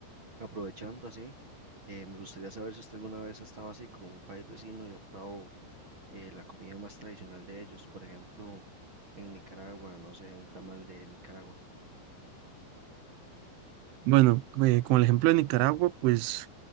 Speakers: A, on the right; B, on the right.
A: Aprovechando así, eh, me gustaría saber si usted alguna vez ha estado así como en un país vecino y ha probado eh, la comida más tradicional de ellos. Por ejemplo, en Nicaragua, no sé, un tamal de Nicaragua.
B: Bueno, eh, con el ejemplo de Nicaragua, pues